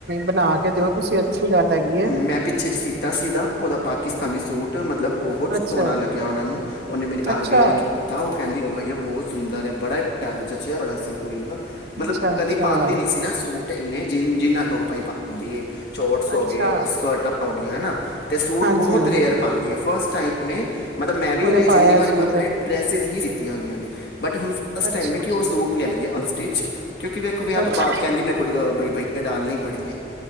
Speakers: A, on the right; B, on the left.
A: ਬਣਾ ਕੇ ਦਿਓ ਤੁਸੀਂ ਅੱਛੀ ਗੱਲ ਹੈਗੀ
B: ਹਮ,
A: ਹੈ।
B: ਮੈਂ ਪਿੱਛੇ ਜੀ ਸੀਤਾ ਸੀਦਾ ਉਹਦਾ ਪਾਕਿਸਤਾਨੀ ਸੂਟ ਮ ਮਤਲਬ ਬਹੁਤ ਸੋਹਣਾ
A: ਅੱਛਾ
B: ਲੱਗਿਆ ਉਹਨਾਂ ਨੂੰ ਉਹਨੇ ਮੇਰੇ ਘਰ
A: ਅੱਛਾ
B: ਵੀ ਆਰ ਕੀਤਾ। ਕਹਿੰਦੀ ਵਾਈ ਬਹੁਤ ਸੁੰਦਰ ਹੈ ਬੜਾ ਹੀ ਪਿਆ ਜਚਿਆ ਬੜਾ ਕੁੜੀ ਨੂੰ ਨਾ ਮਤਲਬ
A: ਅੱਛਾ ਅੱਛਾ
B: ਕਦੀ ਪਾਉਂਦੀ ਨੀ ਸੀ ਨਾ ਸੂਟ ਇੰਨੇ ਜਿ ਜਿੰਨਾ ਟੋਪਾਂ ਹੀ ਪਾਉਂਦੀ ਏ ਸੋਰਟਸ ਹੋ
A: ਅੱਛਾ
B: ਗਏ ਸਕਰਟਾਂ ਹੋ ਗਿਆਂ ਹਨਾ। ਅਤੇ ਸੂਟ
A: ਹਾਂਜੀ
B: ਬਹੁਤ
A: ਹਾਂਜੀ
B: ਤੇ ਅਰਉਦੀ ਹੈ ਫਸਟ ਟਾਈਮ ਮੈਂ ਮਤਲਬ ਮੈਂ ਵੀ
A: ਉਹਨੇ
B: ਉਹਦੇ
A: ਪਾਇਆ
B: ਜਿੰਨੀ ਵਾਰ
A: ਸੂਟ
B: ਕੱਪੜੇ ਡਰੈਸਿਸ ਹੀ ਜਿੱਤੀਆਂ ਹੋਈਆਂ ਨੇ ਬਟ ਹੁਣ ਫਸਟ
A: ਅੱਛਾ
B: ਟਾਈਮ ਹੈ ਕਿ ਉਹ ਸੂਟ ਲਿਆਈ ਏ ਅਨਸਟਿਚ ਕਿਉਂਕਿ ਵੇਖ ਵਿਆਹ ਤੋਂ
A: ਅੱਛਾ
B: ਬਾਅਦ ਕਹਿੰਦੀ ਮੈਂ ਭਈਆ ਡਾਲਣੇ ਹੀ ਪੜੇਗੇ।